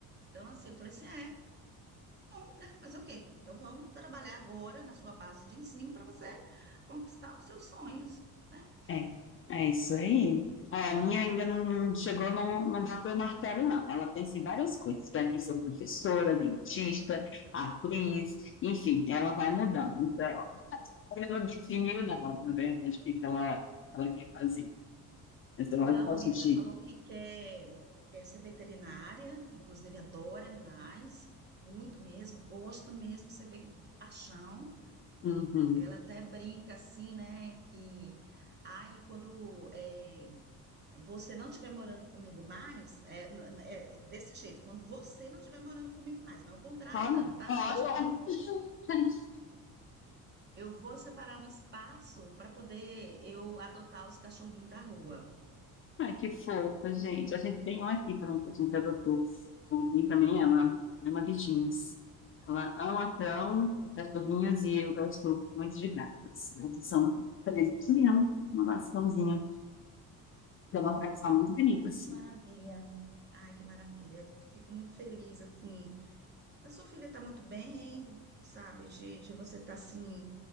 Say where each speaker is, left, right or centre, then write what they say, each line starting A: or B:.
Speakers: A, on the right (about 25°); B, on the left (about 35°).
A: Então, assim, eu falei assim, é. Bom, né? Fazer o quê? Então vamos trabalhar agora na sua base de ensino para você conquistar os seus sonhos, né?
B: É, é isso aí. É, a minha ainda não, não chegou, não, não bateu o martelo, não. Ela pensa em várias coisas. Vai vir ser professora, dentista, atriz, enfim, ela vai mudando. Então, ela não definiu, não, na verdade, o que que ela, ela quer fazer. Mas ela
A: Não,
B: gosta
A: a minha
B: de.
A: já falou que quer, quer ser veterinária, inclusive adora animais, muito mesmo, gosta mesmo, você vê com paixão.
B: Uhum.
A: Ela até brinca assim, né? Que aí quando é, você não estiver morando comigo mais, é, n- n- é desse jeito, quando você não estiver morando comigo mais, não é o contrário,
B: Olha,
A: não, tá?
B: olha.
A: Porque eu acho que
B: <laughs>
A: ela Eu vou separar um espaço para poder eu adotar os cachorrinhos da rua.
B: Ai, que fofa, gente. A gente tem um aqui também que a gente adotou. A Anthony também ama, ama bichinhos. Ela ama cão, cachorrinhos e eu gosto muito de gatos. Gatos são presentes de uma maçãzinha. É uma coleção muito bonita,
A: Ai,
B: assim.
A: que maravilha. Ai, que maravilha. Eu Fico muito feliz, assim. Da sua filha tá muito bem, sabe? De, de você estar assim,